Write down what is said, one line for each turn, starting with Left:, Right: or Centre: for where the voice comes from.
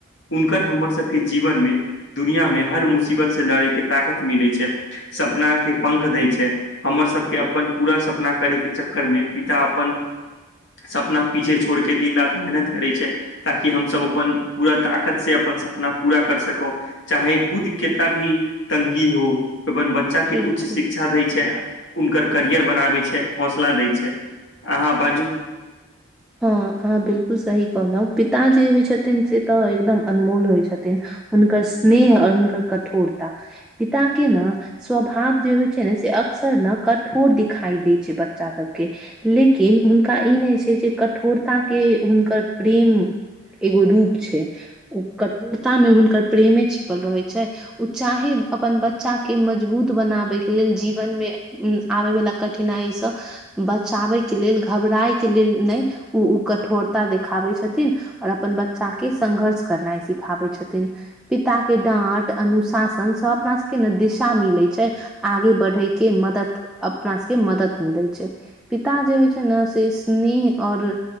Left: हुनकर हमर सबके जीवन मे दुनियामे हर मुसीबत से लड़ेके ताकत मिलैत छै सपना के पंख दै छै हमर सबके अपन पूरा सपना करै के चक्कर मे पिता अपन सपना पीछे छोड़के दिन रात मेहनत करै करै छै ताकि हम सभ अपन पूरा ताकत से अपन सपना पूरा कर सकू चाहे खुद केतना भी तंगी हो अपन बच्चा के
Centre: बिल्कुल
Left: उच्च शिक्षा दै छै हुनकर करियर बनाबै छै हौसला दै छै। अहाँ बाजू
Centre: हँ अहाँ बिलकुल सही कहलहुँ पिता जे होइ छथिन से त एकदम अनमोल होइ छथिन हुनकर स्नेह अओर हुनकर कठोरता पिता के ने स्वभाव जे होइ छै छने से अक्सर कठोर दिखाई दै छै बच्चा सबके लेकिन हुनका ई नहि छै कठोरता के हुनकर प्रेम एगो रूप छै कठोरता मे हुनकर प्रेमे छिपल रहे छै ओ चाहे अपन बच्चा के मजबूत बनाबैके लेल जीवन मे आबे वालला कठिनाइसँ बचाबे के लेल घबराय के लेल न ओ ओ कठोरता देखाबै छथिन आओर अपन बच्चा के संघर्ष करनाइ सिखाबै छथिन पिता के डाँट अनुशासन सँ अपना सबके ने दिशा मिले छै आगे बढ़े के मदद अपना सबके मदद मिलै छै पिता जे होइ छै ने से स्नेह अओर